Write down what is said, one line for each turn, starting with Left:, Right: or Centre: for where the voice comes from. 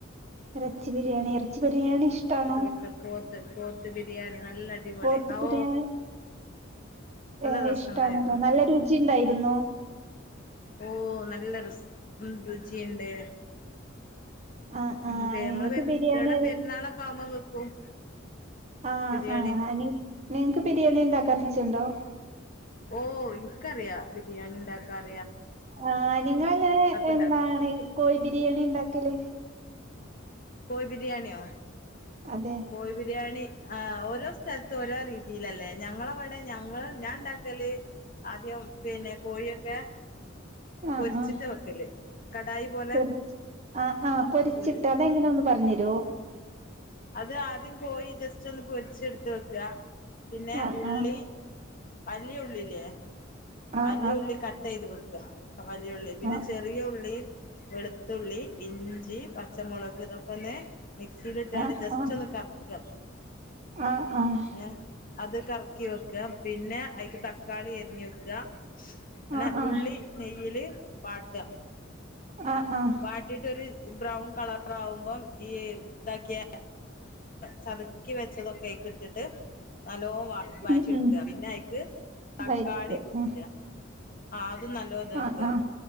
Right: ഇറച്ചി ബിരിയാണി ഇറച്ചി ബിരിയാണി ഇഷ്ടാണോ
Left: പോത്ത് പോത്ത് പോത്ത് ബിരിയാണി നല്ല അടിപൊളി
Right: പോത്ത്
Left: ഓ
Right: ബി <unintelligible>
Left: നല്ല
Right: ഏ
Left: രസണ്ടായിരുന്നു
Right: ഇഷ്ടണല്ലേ നല്ല രുചിണ്ടായിരുന്നോ
Left: ഓ നല്ല രസ് മ് രുചിയുണ്ട്
Right: ആഹ്
Left: ഉം
Right: ആഹ്
Left: പെ നമ്മള്
Right: നിങ്ങക്ക്
Left: പെര്
Right: ബിരിയാണി
Left: എവിടെ പെരുന്നാളൊക്കെ ആവുമ്പ വെക്കും
Right: ആ
Left: ബിരിയാണി
Right: ആ നിങ് നിങ്ങക്ക് ബിരിയാണി ഇണ്ടാക്കാ <unintelligible>
Left: ഓ ഇനിക്കറിയാ ബിരിയാണിണ്ടാക്കാൻ
Right: ആ നിങ്ങ എങ്ങനെ
Left: ഇണ്ടാക്കും
Right: എന്താണ് കോഴി ബിരിയാണി ഇണ്ടാക്കല്
Left: കോയി ബിരിയാണിയൊ
Right: അതെ
Left: കോയി ബിരിയാണി ആ ഓരോ സ്ഥലത്തും ഓരോ രീതിയിലല്ലേ ഞങ്ങളവിടെ ഞങ്ങള് ഞാൻ ഉണ്ടാക്കല് ആദ്യം പിന്നെ കോഴിയൊക്കെ
Right: ആഹ്
Left: പൊരിച്ചിട്ട
Right: ആഹ്
Left: വെക്കല് കടായി പോലെ
Right: പൊരി ആ ആഹ് പൊരിച്ചിട്ട്
Left: പൊരി
Right: അതെങ്ങനെ ഒന്ന് പറഞ്ഞരോ
Left: അത് ആദ്യം കോയി ജസ്റ്റ് ഒന്ന് പൊരിച് എടുത്ത് വെക്കാ പിന്നെ
Right: ആഹ്
Left: ഉള്ളി
Right: ആഹ്
Left: വലിയ ഉള്ളില്ലേ
Right: ആഹ്
Left: വലിയ ഉുള്ളി കട്ട് ചെയ്ത് വെക്കുക വലിയ ഉുള്ളി പിന്നെ
Right: ആഹ്
Left: ചെറിയ ഉള്ളി വെളുത്തുള്ളി ഇഞ്ചി പച്ചമുളക് ഇതൊകൊന്ന് മിക്സിൽ ഇട്ടാണ്ട്
Right: ആഹ്
Left: ജസ്റ്റ്
Right: ആഹ്
Left: ഒന്ന് കറക്ക
Right: ആഹ് ആഹ് ആഹ്
Left: ഏ അത് കറക്കി വെക്ക പിന്നെ അക്ക് തക്കാളി അരിഞ് വെക്ക അന്നെ
Right: ആഹ്
Left: ഉള്ളി
Right: ആഹ്
Left: നെയ്യിൽ വാട്ടുക
Right: ആഹ് ആഹ്
Left: വാട്ടി ഇട്ടൊര് ബ്രൗൺ കളറ ആവുമ്പം ഈ ഇതാക്കിയ ചതക്കി വെച്ചതൊക്കെ കിട്ടട്ട് നലോ വയറ്റി
Right: ഉം
Left: എടക
Right: ഉം
Left: പിന്നെ അയിക്ക് തക്കാളിം
Right: വൈറ്റ് ഉം
Left: ഇട ആ അതും നല്ലോതാക്കുക
Right: ആഹ് ആഹ്